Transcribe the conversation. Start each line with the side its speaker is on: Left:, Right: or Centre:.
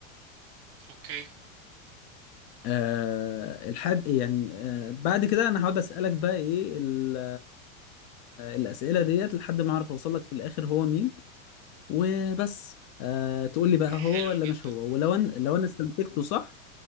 Right: اوكي
Left: آه الحد
Right: أوبا.
Left: يعني آه بعد كده انا هقعد اسالك بقى ايه ال- آه، الاسئله ديت لحد ما اعرف اوصل لك في الاخر هو مين وبس آه تقول لي بقى
Right: حلو
Left: هو ولا
Right: جدا
Left: مش هو ولو انا لو انا استنتجته صح